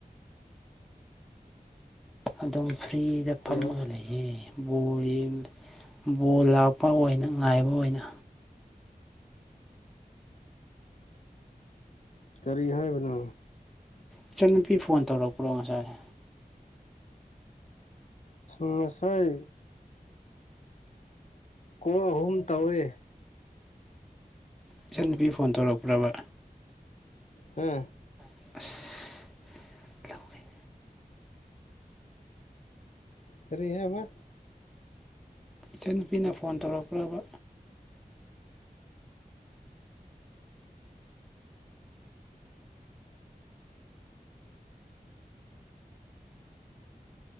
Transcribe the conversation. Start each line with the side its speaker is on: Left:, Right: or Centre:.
Centre: ꯑꯗꯨꯝ ꯐ꯭ꯔꯤꯗ ꯐꯝꯃꯒ
Left: ꯍꯜꯂꯣ
Centre: ꯂꯩꯌꯦ ꯕꯣꯜ ꯌꯦꯡ ꯕꯣꯜ ꯂꯥꯛꯄ ꯑꯣꯏꯅ ꯉꯥꯏꯕ ꯑꯣꯏꯅ
Left: ꯀꯔꯤ ꯍꯥꯏꯕꯅꯣ
Centre: ꯏꯆꯟꯅꯨꯄꯤ ꯐꯣꯟ ꯇꯧꯔꯛꯄ꯭ꯔꯣ ꯉꯁꯥꯏ
Left: ꯉꯁꯥꯏ ꯀꯣꯜ ꯑꯍꯨꯝ ꯇꯧꯋꯦ
Centre: ꯏꯆꯟꯅꯨꯕꯤ ꯐꯣꯟ ꯇꯧꯔꯛꯄ꯭ꯔꯕ
Left: ꯍ
Centre: ꯑꯁ
Left: ꯀꯔꯤ ꯍꯥꯏꯕ
Centre: ꯏꯆꯟꯅꯨꯄꯤꯅ ꯐꯣꯟ ꯇꯧꯔꯛꯄ꯭ꯔꯕ